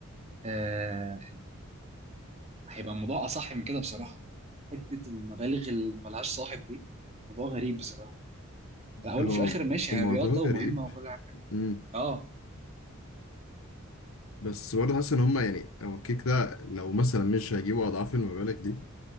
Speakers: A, on the right; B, on the left.
A: آه... هيبقى الموضوع اصح من كده بصراحه حته المبالغ اللي ملهاش صاحب دي موضوع غريب بصراحه على الاول
B: هو
A: وفي الاخر ماشي هي
B: الموضوع
A: رياضه
B: غريب
A: ومهمه وكل حاجه
B: امم
A: اه
B: بس برضه حاسس ان هما يعني هو الكيك ده لو مثلا مش هيجيبوا اضعاف المبالغ دي